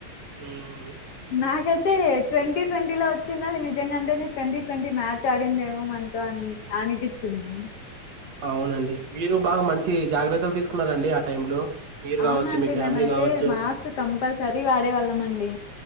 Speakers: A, on the right; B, on the left.
A: మ్మ్
B: నాకైతే ట్వంటీ ట్వంటీ లో వచ్చింది అది నిజంగాంటేనే ట్వంటీ ట్వంటీ మ్యాచ్ ఆడిందేమో మనతో అని అనిపిచ్చింది
A: అవునండి మీరు బాగా మంచి జాగ్రత్తలు తీసు కున్నరండి ఆ టైమ్ లో మీరు
B: అవునండి
A: కావచ్చు మీ ఫ్యామిలీ
B: మేమైతే
A: కావచ్చు
B: మాస్క్ కంపల్సరీ వాడేవాళ్ళం అండి